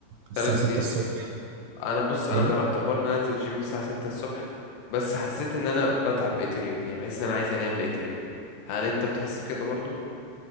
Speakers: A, on the right; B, on the left.
A: الساعه
B: تلات
A: 6
B: ايام
A: الصبح
B: انا بص انا
A: ايه،
B: جربت حوار ان انا انزل جيم الساعه 6 الصبح بس حسيت ان انا بتعب بقيه اليوم يعني بحس ان انا عايز انام بقيه اليوم هل انت بتحس بكده برضو